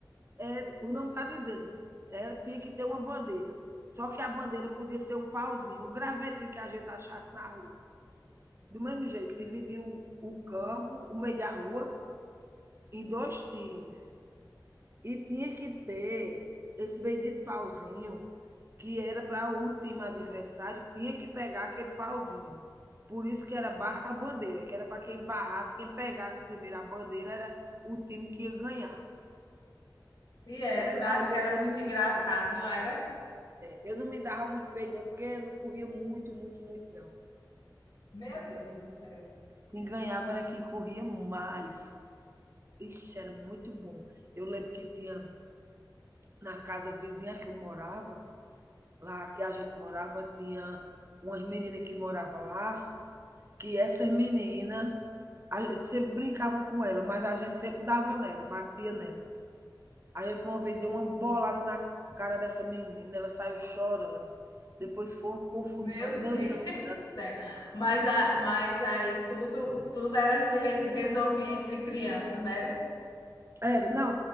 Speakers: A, on the right (about 35°); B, on the left (about 65°).
A: É, o nome está dizendo, é, tinha que ter uma bandeira. Só que a bandeira podia ser um pauzinho, um gravetinho que a gente achasse na rua. Do mesmo jeito, dividiu o, campo, o meio da rua, em dois times. E tinha que ter esse bendito pauzinho, que era para o time adversário, tinha que pegar aquele pauzinho. Por isso que era barra bandeira, que era para quem barrasse, quem pegasse primeiro a bandeira era o time que ia ganhar.
B: E era,
A: Essa daí
B: acho que era
A: eu
B: muito
A: não
B: engraçado,
A: me dava
B: não era?
A: Eu não me dava muito bem, não, porque eu não corria muito, muito, muito, não.
B: Meu Deus do céu.
A: Quem ganhava era quem corria mais. Ixi, era muito bom. Eu lembro que tinha na casa vizinha que eu morava, lá que a gente morava, tinha umas meninas que moravam lá, que essas meninas, a gente sempre brincava com ela, mas a gente sempre dava nela, batia nela. A gente uma vez deu uma bolada na cara dessa menina, ela saiu chorando. Depois foi uma confusão
B: Meu <laughs>
A: danada.
B: Deus do céu. Mas, a, mas aí tudo, tudo era se re- resolvia entre crianças, né?
A: Era, não,